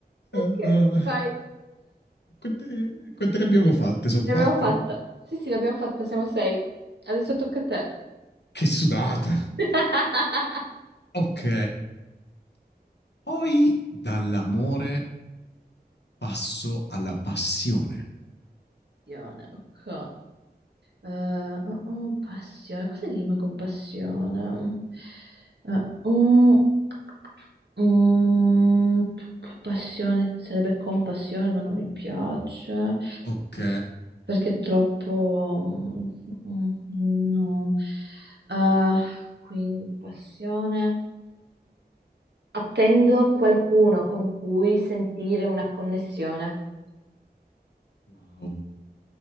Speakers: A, on the right (about 85°); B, on the left (about 85°).
A: Ok.
B: Ah, ah.
A: Vai.
B: Quante, quante ne abbiamo fatte? Sono
A: L'abbiamo
B: quattro?
A: fatta. Sì, sì, l'abbiamo fatta, siamo sei. Adesso tocca a te.
B: Che sudata!
A: <laughs>
B: Ok, poi dall'amore passo alla passione.
A: Passione, ok. Eh, oh, oh, passione, cosa rima con passione? Eh, oh, mm, p- p- passione, sarebbe compassione, ma non mi piace.
B: Ok.
A: perché troppo... mm, No. Eh, quindi, passione. Attendo qualcuno con cui sentire una connessione.
B: Wow.